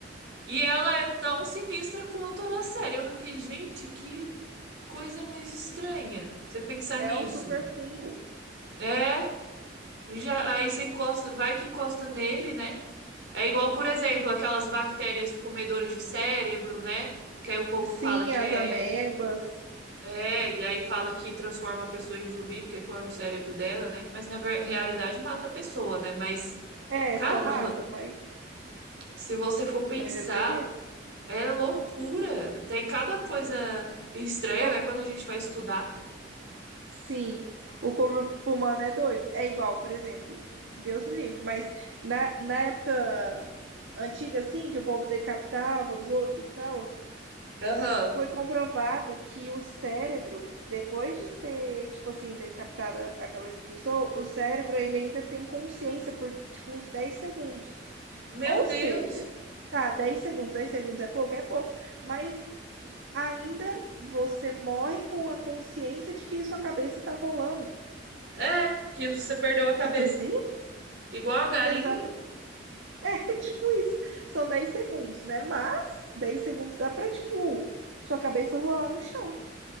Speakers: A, on the right (about 65°); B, on the right (about 80°).
A: E ela é tão sinistra quanto a da série. Eu fiquei, gente, que coisa mais estranha. Você pensar
B: É
A: nisso.
B: um super fungo.
A: É, já aí você encosta, vai que encosta nele, né? É igual, por exemplo, aquelas bactérias comedoras de cérebro, né? Que aí o povo
B: Sim,
A: fala que
B: as
A: é
B: amebas.
A: É, e aí fala que transforma a pessoa em zumbi, porque qual é o cérebro dela, né? Mas na ver- realidade mata a pessoa, né? Mas,
B: É,
A: caramba,
B: só mata, mas,
A: se você for pensar,
B: mas é doideira.
A: é loucura. Tem cada coisa estranha,
B: É,
A: né? Quando a gente vai estudar.
B: sim, o corpo humano é doido. É igual, por exemplo, Deus me livre, mas na, na época antiga, assim, que o povo decapitava os outros e tal,
A: Aham.
B: Foi comprovado que o cérebro, depois de ser, tipo assim, decapitada a cabeça da pessoa, o cérebro ele ainda tem consciência por, tipo, uns 10 segundos.
A: Meu
B: Ou
A: Deus.
B: seja, tá, 10 segundos, 10 segundos é pouco, é pouco, mas ainda você morre com a consciência de que sua cabeça tá rolando.
A: É, que você perdeu a cabeça.
B: É doideira?
A: Igual a galinha.
B: Exato. É <laughs> tipo isso. São 10 segundos, né? Mas 10 segundos dá pra, tipo, sua cabeça rolar no chão.